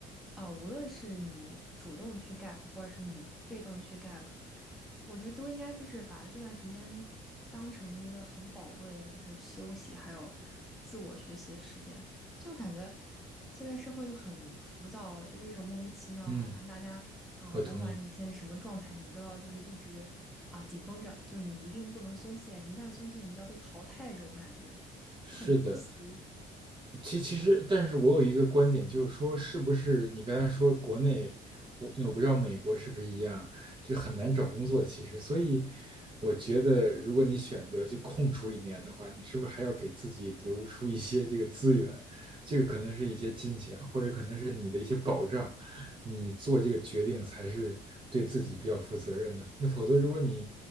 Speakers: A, in the centre; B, on the right.
A: 啊，无论是你主动去 gap，或者是你被动去 gap，我觉得都应该就是把这段时间当成一个很宝贵的，就是休息还有自我学习的时间。就感觉现在社会就很浮躁，就是一种莫名其妙，
B: 嗯，
A: 好像大家啊，
B: 我同意。
A: 甭管你现在什么状态，你都要就是一直啊紧绷着，就是你一定不能松懈，你一旦松懈，你就要被淘汰，这种感觉就很窒息。
B: 是的，其其实，但是我有一个观点，就是说，是不是你刚才说国内，我我不知道美国是不是一样，就很难找工作。其实，所以我觉得，如果你选择就空出一年的话，你是不是还要给自己留出一些这个资源？这个可能是一些金钱，或者可能是你的一些保障。你做这个决定才是对自己比较负责任的。那否则，如果你